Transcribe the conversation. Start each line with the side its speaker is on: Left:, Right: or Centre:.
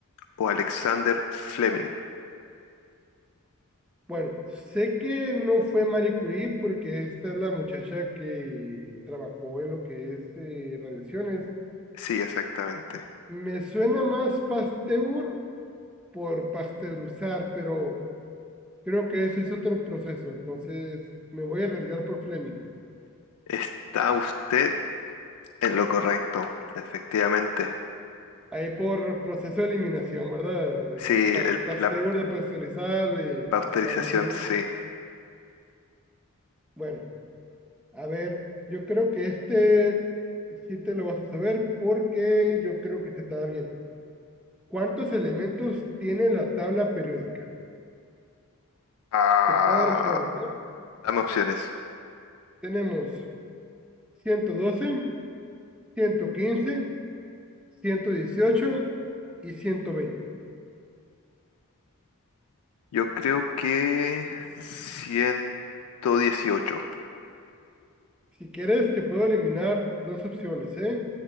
Left: o Alexander Fleming.
Centre: Bueno, sé que no fue Marie Curie porque esta es la muchacha que trabajó en lo que es eh, radiaciones.
Left: Sí, exactamente.
Centre: Me suena más Pasteur por pasteurizar, pero creo que ese es otro proceso, entonces me voy a arriesgar por Fleming.
Left: Está usted en lo correcto, efectivamente.
Centre: Ahí por proceso de eliminación, ¿verdad?
Left: Sí,
Centre: De
Left: el-
Centre: pa- Pasteur
Left: la
Centre: de pasteurizar, de
Left: pasteurización,
Centre: Marie Curie.
Left: sí.
Centre: Bueno. A ver, yo creo que este sí te lo vas a saber porque yo creo que se está bien. ¿Cuántos elementos tiene la tabla periódica?
Left: Ah,
Centre: Te puedo dar opciones, ¿eh?
Left: dame opciones.
Centre: Tenemos ciento doce, ciento quince, ciento dieciocho y 120.
Left: Yo creo que 118.
Centre: Si quieres, te puedo eliminar dos opciones, ¿eh?